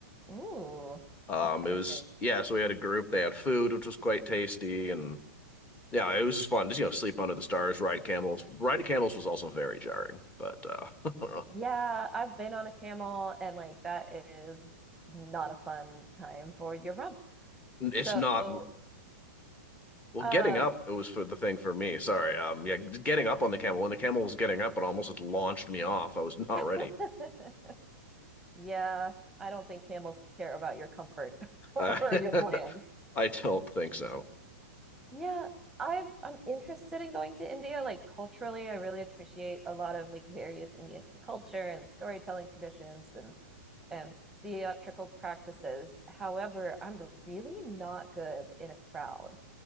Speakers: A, in the centre; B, on the left.
A: Ooh.
B: Um,
A: Okay.
B: it was yeah, so we had a group. They had food, which was quite tasty, and yeah, it was just fun. Just you know, sleep under the stars, ride camels. Riding camels was also very jarring, but uh, <laughs> I don't know.
A: Yeah, I've been on a camel and like that is not a fun time for your rump.
B: It's
A: So,
B: not
A: <laughs>
B: well.
A: um,
B: Getting up, it was for the thing for me. Sorry. Um, yeah, getting up on the camel when the camel was getting up, it almost just launched me off. I was not ready.
A: <laughs> yeah, I don't think camels care about your comfort <laughs>
B: Uh,
A: or your plans.
B: <laughs> I don't think so.
A: Yeah, I've I'm interested in going to India. Like culturally, I really appreciate a lot of like various Indian culture and storytelling traditions and and theatrical practices. However, I'm really not good in a crowd.